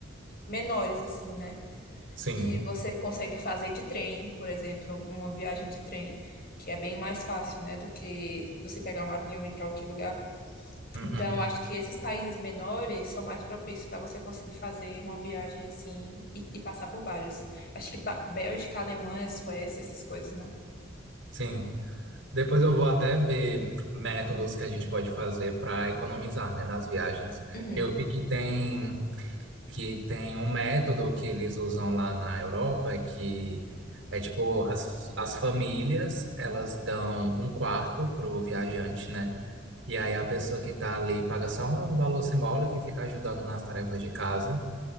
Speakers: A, on the left; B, on the right.
A: menores, assim, né?
B: Sim.
A: de você consegue fazer de trem, por exemplo, uma viagem de trem, que é bem mais fácil, né, do que você pegar um avião e ir para outro lugar.
B: Uhum.
A: Então, eu acho que esses países menores são mais propícios para você conseguir fazer uma viagem assim e, e passar por vários. Acho que Ba- Bélgica, Alemanha, Suécia, essas coisas, né?
B: Sim. Depois eu vou até ver métodos que a gente pode fazer para economizar, né, nas viagens.
A: Uhum,
B: Eu vi que tem que tem um método que eles usam lá na Europa que é tipo as, as famílias, elas dão um quarto pro viajante, né? E aí a pessoa que tá ali paga só um valor simbólico e fica ajudando nas tarefas de casa